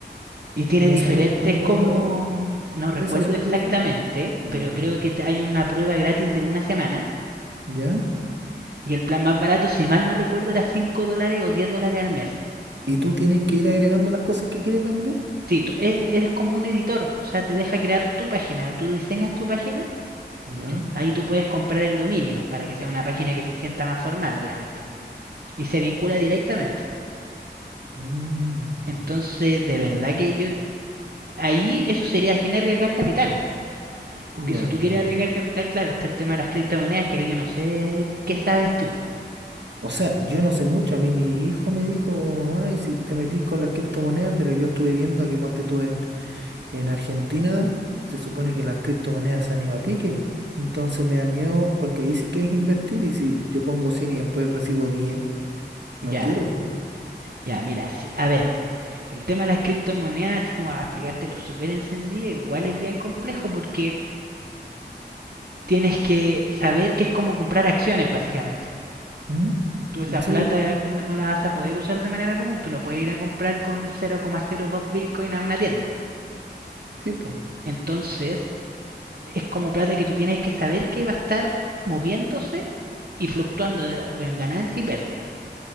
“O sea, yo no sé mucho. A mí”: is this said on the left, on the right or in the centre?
Right